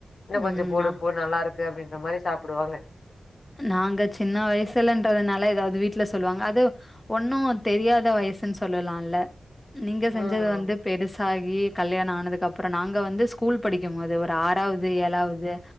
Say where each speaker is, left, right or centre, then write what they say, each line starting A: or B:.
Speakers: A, on the left; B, on the left.
A: இன்னும்
B: ம்
A: கொஞ்சம் போடு
B: நா-
A: போடு நல்லா இருக்கு அப்படின்ற மாரி சாப்பிடுவாங்க
B: நாங்க சின்ன வயசுலன்றதுனால எதாவ்து வீட்ல சொல்லுவாங்க அது ஒன்னும் தெரியாத வயசுன்னு சொல்லலால நீங்க செஞ்சது
A: ம்
B: வந்து பெருசாகி கல்யாணம் ஆனதுக்கு அப்புறோ நாங்க வந்து ஸ்கூல் படிக்கும் போது ஒரு ஆறாவ்து ஏழாவ்து